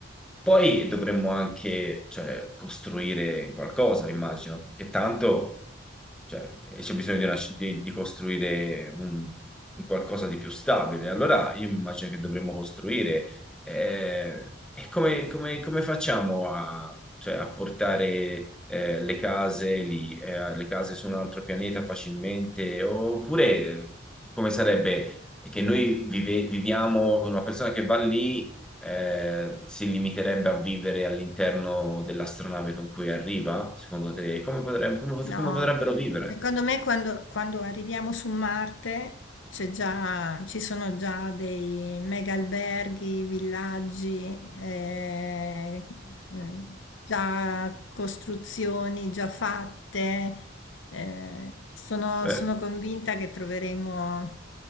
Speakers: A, in the centre; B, on the left.
A: poi dovremmo anche, cioè, costruire qualcosa, immagino, perché tanto cioè, e c'è bisogno di, una sci- di- di costruire un, un qualcosa di più stabile. Allora io mi immagino che dovremmo costruire. eh, e come, come- come facciamo a, cioè, a portare eh, le case lì, eh, le case su un altro pianeta facilmente? Oppure eh, come sarebbe che noi vive- viviamo una persona che va lì eh, si limiterebbe a vivere all'interno dell'astronave con cui arriva? Secondo te, come potrebbe- come pot-
B: No,
A: come potrebbero vivere?
B: secondo me quando, quando arriviamo su Marte c'è già- ci sono già dei mega alberghi, villaggi, eh, eh, già costruzioni già fatte. eh, sono,
A: Eh,
B: sono convinta che troveremo